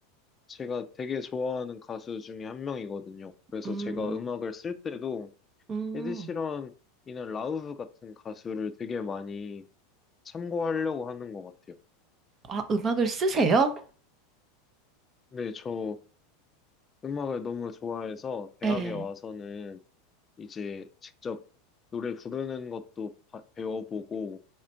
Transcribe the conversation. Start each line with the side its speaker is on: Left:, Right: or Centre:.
Left: 제가 되게 좋아하는 가수 중에 한 명이거든요. 그래서
Right: 음,
Left: 제가 음악을 쓸 때도
Right: 음.
Left: 에드시런이나 라우브 같은 가수를 되게 많이 참고하려고 하는 것 같아요.
Right: 아, 음악을 쓰세요?
Left: 네, 저 음악을 너무 좋아해서 대학에
Right: 네.
Left: 와서는 이제 직접 노래 부르는 것도 바- 배워보고